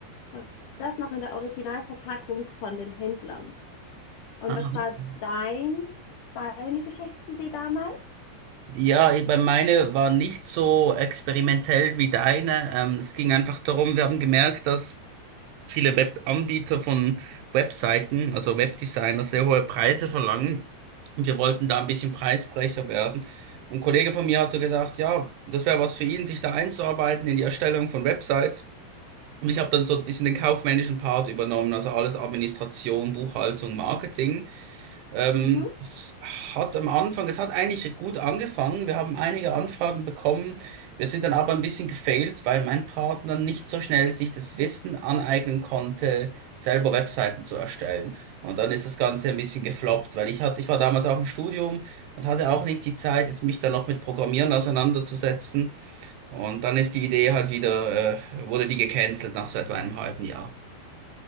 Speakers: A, on the left; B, on the right.
A: und das noch in der Originalverpackung von den Händlern. Und
B: Ah,
A: was
B: okay.
A: war dein, deine Geschäftsidee damals?
B: Ja, ich- bei meine war nicht so experimentell wie deine. Ähm, es ging einfach darum, wir haben gemerkt, dass viele Webanbieter von Webseiten, also Webdesigner, sehr hohe Preise verlangen. Und wir wollten da ein bisschen Preisbrecher werden. Und Ein Kollege von mir hat so gedacht, ja, das wäre was für ihn, sich da einzuarbeiten in die Erstellung von Websites. Und ich habe dann so ein bisschen den kaufmännischen Part übernommen, also alles Administration, Buchhaltung, Marketing. Ähm,
A: Mhm.
B: es hat am Anfang, es hat eigentlich gut angefangen. Wir haben einige Anfragen bekommen. Wir sind dann aber ein bisschen gefailt, weil mein Partner nicht so schnell sich das Wissen aneignen konnte, selber Webseiten zu erstellen. Und dann ist das Ganze ein bisschen gefloppt, weil ich hatte, ich war damals auch im Studium und hatte auch nicht die Zeit, jetzt mich dann noch mit Programmieren auseinanderzusetzen. Und dann ist die Idee halt wieder, äh, wurde die gecancelt nach so etwa einem halben Jahr.